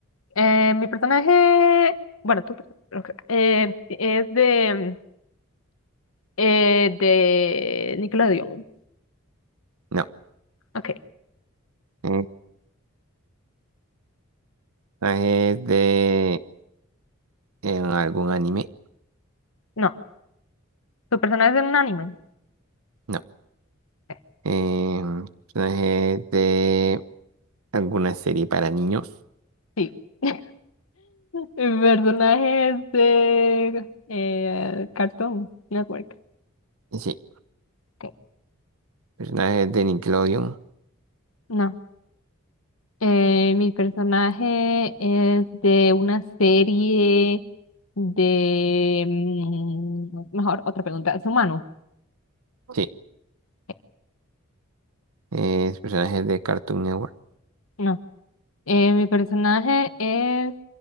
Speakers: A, on the left (about 70°); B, on the right (about 80°).
A: Eh, mi personaje. Bueno, tu personaje. ok, eh, es de. Eh, de Nickelodeon.
B: no.
A: Ok.
B: Eh, Personajes de eh, algún anime.
A: No. ¿Tu personaje es en un anime?
B: No.
A: Ok,
B: Eh, personajes de ¿Alguna serie para niños?
A: Sí. <laughs> Mi personaje es de eh, Cartoon Network.
B: Sí.
A: Ok.
B: ¿Personajes de Nickelodeon?
A: No. Eh, mi personaje es de una serie de... mm, Mejor, otra pregunta. ¿Es humano?
B: Sí.
A: Ok,
B: Eh, ¿personajes de Cartoon Network?
A: No. Eh, mi personaje es